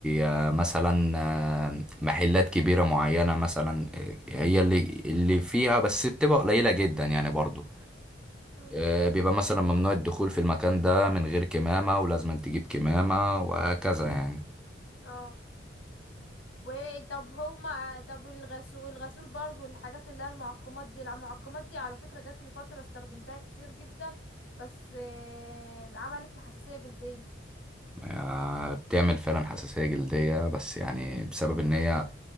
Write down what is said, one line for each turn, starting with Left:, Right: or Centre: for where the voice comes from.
Centre: آه، مثلا آه، محلات كبيرة معينة مثلا آه، هي اللي اللي فيها بس بتبقى قليلة جدا يعني برضو
Left: امم
Centre: آه، بيبقى مثلا ممنوع الدخول في المكان ده من غير كمامة ولازم تجيب كمامة وهكذا يعني
Left: اه وطب هما طب الغسول الغسول برضو الحاجات اللي هي المعقمات دي المعقمات دي على فكرة جات لي فترة استخدمتها كتير جدا بس آه، عملت لي حساسية جلدية
Centre: آه، بتعمل فعلا حساسية جلدية بس يعني بسبب ان هي